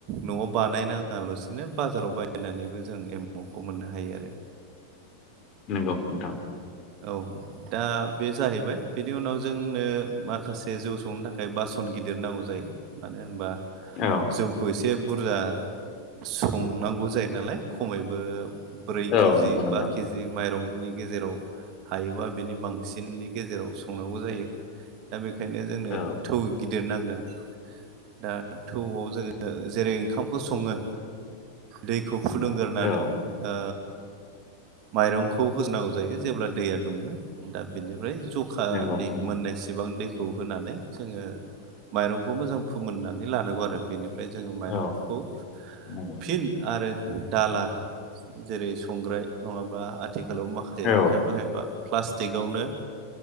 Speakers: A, on the right; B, on the left.
A: न'आव बानायनाङालासिनो बाजाराव बायनानैबो जों एमखौ मोननो हायो आरो।
B: नंगौ नोंथां।
A: औ दा बे जाहैबाय बेनि उनाव जोंनो माखासे जौ संनो थाखाय बासन गिदिर नांगौ जायो मानो होनबा
B: औ
A: जौखौ एसे एसे बुरजा संनांगौ जायो नालाय खमैबो ब्रै केजि
B: औ नंगौ नोंथां
A: बा केजि माइरं गेजेराव हायोबा बिनि बांसिननि गेजेराव संनांगौ जायो दा बे बेखायनो जोंनो
B: औ
A: थौ गिदिर नांगोन दा थौआव जोंङो जेरै ओंखामखौ संङो दै खौ फुदुंग्रोनानै
B: औ
A: ओ माइरंखौ होसोनांगौ जायो जेब्ला दैया दुंङो दा बिनिफ्राय जखानि
B: नंगौ नोंथां
A: मोननायसेबां दैखौ होनानै जोंङो माइरंखौ मोजां फोमोननानै लानांगौ आरो बेनिफ्राय जोंङो माइरंखौ
B: औ नंगौ
A: फिन आरो दाला जेरै संग्राय नंङाबा आथिखालाव माखासे
B: औ
A: खायफा खायफा प्लास्टिकआवनो